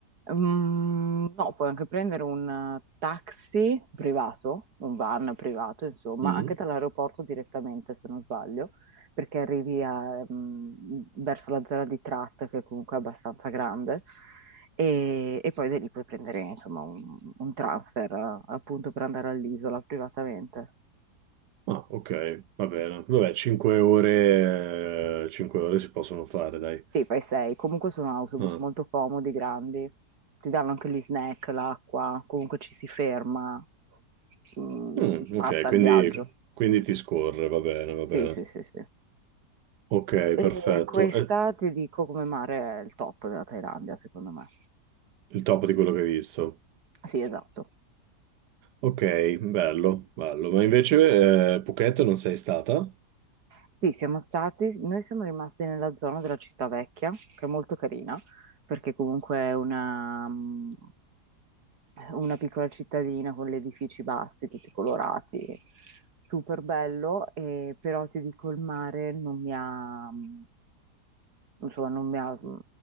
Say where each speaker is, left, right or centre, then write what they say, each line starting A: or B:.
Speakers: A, on the right; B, on the right.
A: Mm, no, puoi anche prendere un eh, taxi privato, un van privato, insomma,
B: Mm.
A: anche dall'aeroporto direttamente, se non sbaglio, perché arrivi a, mm, verso la zona di Trat, che comunque è abbastanza grande, e, e poi da lì puoi prendere, insomma, un, un transfer, eh, appunto, per andare all'isola privatamente.
B: Ah, ok, va bene. Vabbè, 5 ore, 5 ore si possono fare, dai.
A: Sì, fai sei. Comunque sono autobus
B: Ah.
A: molto comodi, grandi. Ti danno anche gli snack, l'acqua, comunque ci si ferma, mm,
B: Mm,
A: passa
B: ok, quindi,
A: il viaggio.
B: quindi ti scorre, va bene, va bene.
A: Sì, sì, sì, sì.
B: Ok,
A: E
B: perfetto.
A: questa
B: È
A: ti dico come mare è il top della Thailandia, secondo me.
B: il top di quello che hai visto.
A: Sì, esatto.
B: Ok, bello, bello. Ma invece, eh, Phuket non sei stata?
A: Sì, siamo stati, noi siamo rimasti nella zona della città vecchia, che è molto carina, perché comunque è una, mm, una piccola cittadina con gli edifici bassi, tutti colorati, super bello, e, però ti dico il mare non mi ha, mm, insomma, non mi ha mm,